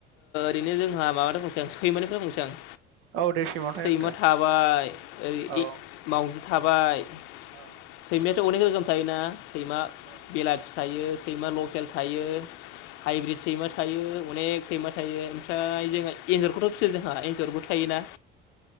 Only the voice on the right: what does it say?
औ दे सिमावथाय
होनदो
औ।
औ
औ
औ
औ।